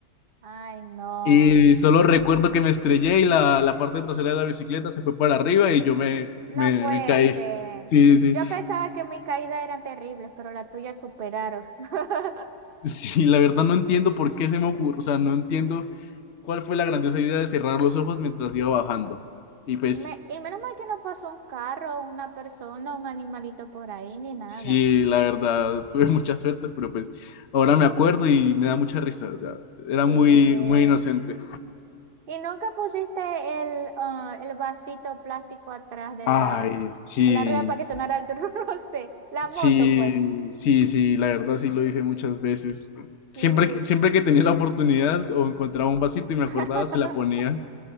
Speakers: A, on the right (about 40°); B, on the left (about 55°).
A: Ay, no,
B: Y solo recuerdo que me estrellé y la, la parte trasera de la bicicleta se fue para arriba y yo me,
A: no
B: me,
A: puede
B: me caí.
A: ser.
B: Sí, sí.
A: Yo pensaba que mis caídas eran terribles, pero las tuyas superaron. <laughs>
B: Sí, la verdad no entiendo por qué se me ocurrió, o sea, no entiendo cuál fue la grandiosa idea de cerrar los ojos mientras iba bajando. Y pues
A: Me- y menos mal que no pasó un carro, una persona, un animalito por ahí, ni nada.
B: sí, la verdad, <laughs> tuve mucha suerte, pero pues ahora me acuerdo y me da mucha risa, o sea,
A: Sí.
B: era muy, muy inocente.
A: ¿Y nunca pusiste el, ah, el vasito plástico atrás de
B: Ay,
A: la,
B: sí,
A: de la rueda para que sonara el <laughs> truce? La moto,
B: sí,
A: pues.
B: sí, sí, la verdad sí lo hice muchas veces.
A: Sí.
B: Siempre, que- siempre que tenía la oportunidad o encontraba un vasito y
A: <laughs>
B: me acordaba, se la ponía.